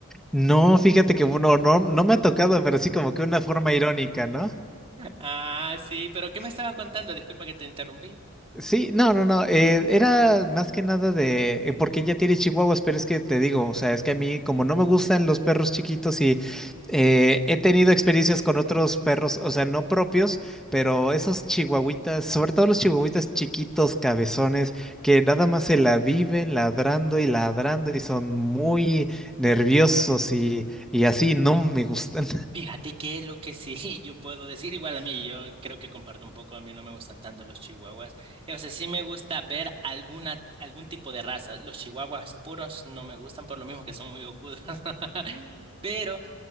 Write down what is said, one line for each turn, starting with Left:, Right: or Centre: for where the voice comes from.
Centre: No, fíjate que bueno, no, no me ha tocado, pero sí como que una forma irónica, ¿no?
Right: Ah, sí, pero ¿qué me estabas contando? Disculpa que te interrumpí.
Centre: Sí, no, no, no, eh, era más que nada de, eh, porque ella tiene chihuahuas, pero es que te digo, o sea, es que a mí como no me gustan los perros chiquitos y eh, he tenido experiencias con otros perros, o sea, no propios, pero esos chihuahuitas, sobre todo los chihuahuitas chiquitos, cabezones, que nada más se la viven ladrando y ladrando y son muy nerviosos y, y así, no me gustan.
Right: Fíjate que lo que sí <laughs> yo puedo decir, igual a mí, yo creo que comparto un poco, a mí no me gustan tanto los chihuahuas. Eh, O sea, sí me gusta ver alguna, algún tipo de raza. Los chihuahuas puros no me gustan por lo mismo que son muy ojudos. <laughs> Pero